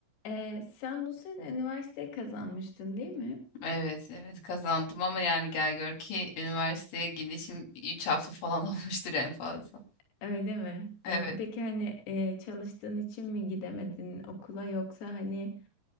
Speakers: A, on the left; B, on the left.
A: Ee, sen bu sene üniversiteyi kazanmıştın değil mi?
B: Evet, evet kazandım ama yani gel gör ki üniversiteye gidişim 3 hafta falan <laughs> olmuştur en fazla.
A: Öyle mi?
B: Evet.
A: Yani peki hani e, çalıştığın için mi gidemedin okula yoksa hani